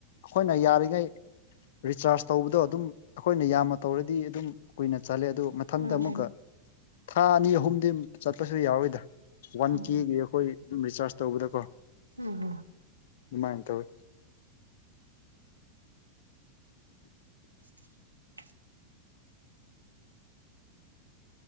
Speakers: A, on the left; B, on the right.
A: ꯑꯈꯣꯏꯅ ꯌꯥꯔꯤꯉꯩ ꯔꯤꯆꯥꯔꯖ ꯇꯧꯕꯗꯣ ꯑꯗꯨꯝ ꯑꯈꯣꯏꯅ ꯌꯥꯝꯅ ꯇꯧꯔꯗꯤ ꯑꯗꯨꯝ ꯀꯨꯏꯅ ꯆꯠꯂꯦ ꯑꯗꯨ ꯃꯊꯟꯗ
B: ꯎꯝ
A: ꯑꯃꯨꯛꯀ ꯊꯥ ꯑꯅꯤ ꯑꯍꯨꯝꯗꯤ ꯆꯠꯄꯁꯨ ꯌꯥꯎꯋꯤꯗ ꯋꯥꯟ
B: ꯎꯝ
A: ꯀꯦꯒꯤ ꯑꯈꯣꯏ ꯑꯗꯨꯝ ꯔꯤꯆꯥꯔꯖ ꯇꯧꯕꯗ ꯀꯣ
B: <unintelligible>
A: ꯃꯥꯏꯅ ꯇꯧꯋꯦ
B: <inaudible>